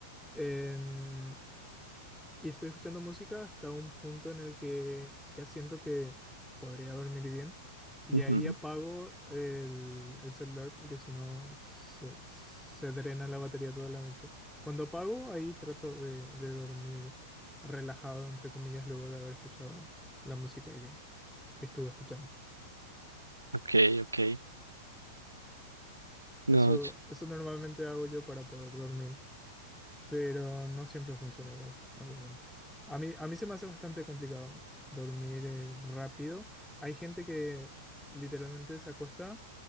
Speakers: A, in the centre; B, on the right.
A: Em, Y estoy escuchando música hasta un punto en el que ya siento que podría dormir bien. Y
B: Ujú.
A: ahí apago el, el celular porque si no se, se drena la batería toda la noche. Cuando apago, ahí trato de, de dormir relajado, entre comillas, luego de haber escuchado la música que, que estuve escuchando.
B: Ok, ok. No,
A: Eso,
B: yo-
A: eso normalmente hago yo para poder dormir. pero no siempre funciona igual, obviamente. A mí, a mí se me hace bastante complicado dormir eh, rápido. Hay gente que literalmente se acuesta